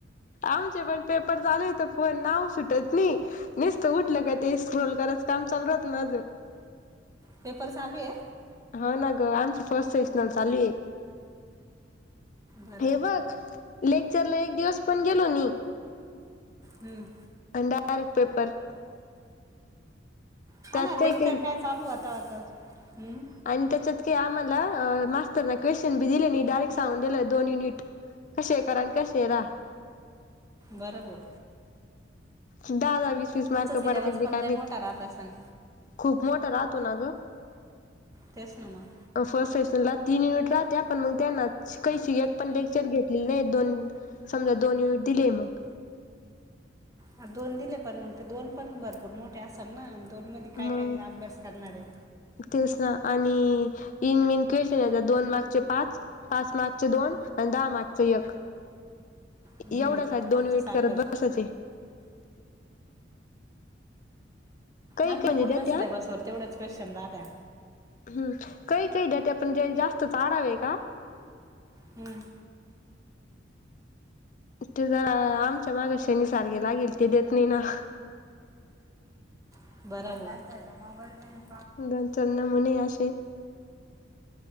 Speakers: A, on the left; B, on the right.
A: आमचे पण पेपर चालू येतं तर पण नाव सुटत नाही. नसत उठल काय ते स्क्रोल करत काम चालू राहत माझं.
B: पेपर चालू ये.
A: हा ना ग आमची फर्स्ट सेशनल चालू ये
B: बरं
A: हे बघ. लेक्चरला एक दिवस पण गेलो नाही.
B: हम्म
A: अन् डायरेक्ट पेपर.
B: हा
A: त्यात
B: ना
A: काही
B: लेक्चर
A: काही
B: काय चालू होतात हम्म
A: आणि त्याच्यात की आम्हाला अ मास्तरन क्वेशचन बी दिले नाही डायरेक्ट सांगून दिलं दोन युनिट. कसेे करा अन् कसे राहा.
B: बर वो
A: दहा दहा वीस वीस
B: तुमचा
A: मार्क
B: सिलेबस
A: पडत्यात की
B: पण
A: काय
B: लय
A: माहित.
B: मोठा राहत असेल
A: खूप मोठा राहतो ना ग.
B: तेच ना मग
A: फर्स्ट सेशनला तीन युनिट राहत्यात पण मग त्यांना कहीशी एक पण लेक्चर घेतलेले नाही दोन समजा दोन युनिट दिले मग.
B: हा दोन दिले पण मग ते दोन पण भरपूर मोठे असल ना दोन मध्ये काय
A: मग
B: काय अभ्यास करणार ये.
A: तेच ना आणि इन मीन क्वेशन येतात दोन मार्कचे पाच पाच मार्कचे दोन आणि दहा मार्कच एक.
B: हम्म
A: एवढ्या साठी दोन
B: आमचं
A: वीट
B: सारखंच
A: करत बसायचे. काही
B: आमच्या
A: काही म्हणजे
B: पूर्ण
A: देत्या
B: सिलेबस व तेवढेच क्वेशन झाल्या.
A: हम्म काही काही द्या ते पण जे जास्त आडावं ह का
B: हम
A: ते जरा आमच्या मागे शेनी सारखे ला गेलती देत नाही ना
B: बराबर
A: दोन चार नमुने अशे